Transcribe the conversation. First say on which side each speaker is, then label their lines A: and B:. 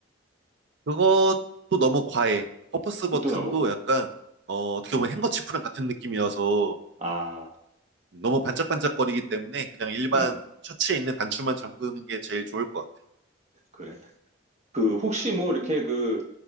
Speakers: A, on the right; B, on the right.
A: 그것도 너무 과해. 퍼포스
B: 그것도
A: 버튼도
B: 너무,
A: 약간, 어, 어떻게 보면 행거치프랑 같은 느낌이어서
B: 아,
A: 너무 반짝반짝거리기 때문에 그냥 일반
B: 음,
A: 셔츠에 있는 단추만 잠그는 게 제일 좋을 것 같아.
B: 그래. 그, 혹시 뭐, 이렇게 그,